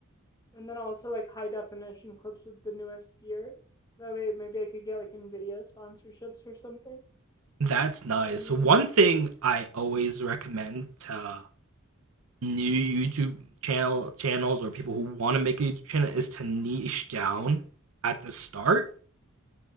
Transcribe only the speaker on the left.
And then also like high definition clips with the newest gear. So that way maybe I could get like Nvidia sponsorships or something.
And
then